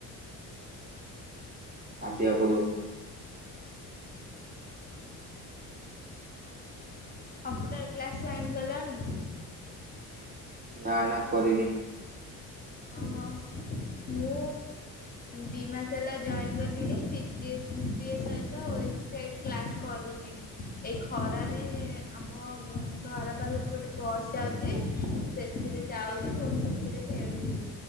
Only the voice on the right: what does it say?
ଭାବିବାକୁ ପଡ଼ିବ।
ନାଁ ନାଁ କରିନି।